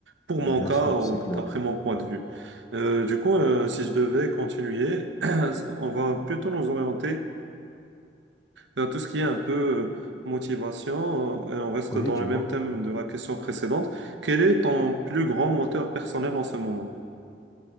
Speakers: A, on the right; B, on the left.
A: pour
B: bien
A: mon cas,
B: sûr,
A: euh,
B: c'est
A: d'après
B: clair.
A: mon point de vue. Euh, du coup, euh, si je devais continuer, on va plutôt nous orienter vers tout ce qui est un peu euh, motivation, euh, et on reste
B: Oui,
A: dans
B: dis-moi.
A: le même thème de la question précédente. Quel est ton plus grand moteur personnel en ce moment?